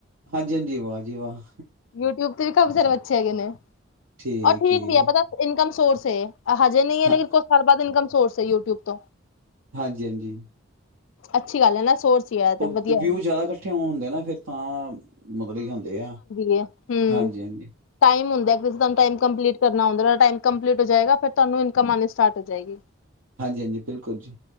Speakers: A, on the right; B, on the left.
A: ਹਾਂਜੀ-ਹਾਂਜੀ, ਵਾਹ ਜੀ, ਵਾਹ!
B: ਯੂਟਿਊਬ ਤੇ ਵੀ ਕਾਫੀ ਸਾਰੇ ਬੱਛੇ ਹੈਗੇ ਨੇ,
A: ਠੀਕ-ਠੀਕ,
B: ਉਹ ਠੀਕ ਵੀ ਹੈ ਪਤਾ ਇਨਕਮ ਸੋਰਸ ਹੈ ਹਜੇ ਨਹੀਂ ਹੈ, ਲੇਕਿਨ
A: ਹਾਂ,
B: ਕੁਛ ਸਮੇਂ ਬਾਅਦ ਇਨਕਮ ਸੋਰਸ ਹੈ ਯੂਟਿਊਬ ਤੋਂ
A: ਹਾਂਜੀ, ਹਾਂਜੀ
B: ਅੱਛੀ ਗੱਲ ਏ ਨਾ ਸੋਰਸ ਹੀ ਹੈ ਤੇ
A: ਉਹ
B: ਵਧੀਆ
A: ਵਿਊ
B: ਹੈ
A: ਜ਼ਿਆਦਾ ਇਕੱਠੇ ਹੋਣਦੇ ਨਾ, ਫੇਰ ਤਾਂ ਮਤਲਬ ਹੁੰਦੇ ਆ
B: ਹੂੰ
A: ਹਾਂਜੀ-ਹਾਂਜੀ।
B: ਟਾਈਮ ਹੁੰਦਾ ਕਿਸੇ ਤੁਹਾਨੂੰ ਟਾਈਮ ਕੰਪਲੀਟ ਕਰਨਾ ਹੁੰਦਾ ਟਾਈਮ ਕੰਪਲੀਟ ਹੋ ਜਾਏਗਾ ਫਿਰ ਤੁਹਾਨੂੰ ਇਨਕਮ ਆਉਣੀ ਸਟਾਰਟ ਹੋ ਜਾਏਗੀ <inaudible>
A: ਹਾਂਜੀ, ਹਾਂਜੀ ਬਿਲਕੁਲ ਜੀ,